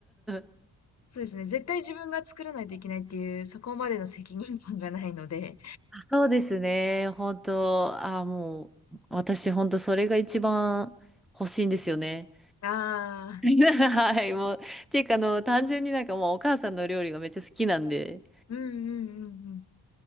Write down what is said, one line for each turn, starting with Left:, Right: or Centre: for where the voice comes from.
Centre: <laughs>
Left: そうですね。絶対自分が作らないといけないっていう、そこまでの責任感がないので。
Centre: あ、そうですね。本当、ああ、もう、私、本当、それが一番欲しいんですよね。
Left: ああ、
Centre: <laughs> はい、もう、ていうか、あの、単純になんかもう、お母さんの料理がめっちゃ好きなんで、
Left: うんうんうんうん。